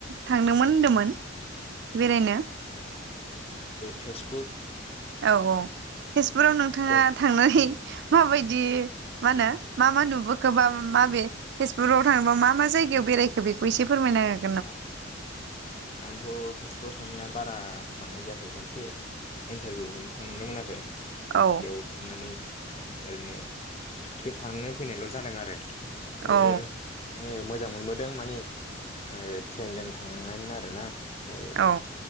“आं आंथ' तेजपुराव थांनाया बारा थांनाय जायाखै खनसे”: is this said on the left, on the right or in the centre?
Left